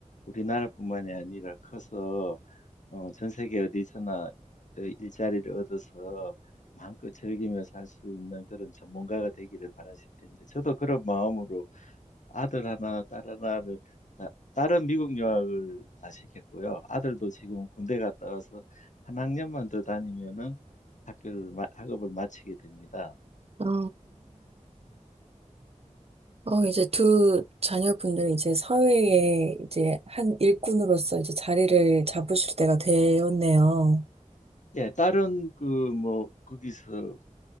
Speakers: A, on the left; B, on the right.
A: 우리나라뿐만이 아니라 커서 어, 전 세계 어디서나 그 일자리를 얻어서 마음껏 즐기며 살 수 있는 그런 전문가가 되기를 바라실 텐데, 저도 그런 마음으로 아들 하나, 딸 하나를, 다- 딸은 미국 유학을 다 시켰고요. 아들도 지금 군대 갔다 와서 한 학년만 더 다니면은 학교를, 마- 학업을 마치게 됩니다.
B: 아. 어, 이제 두 자녀분들 이제 사회에 이제 한 일꾼으로서 이제 자리를 잡으실 때가 되었네요.
A: 예, 딸은 그 뭐, 거기서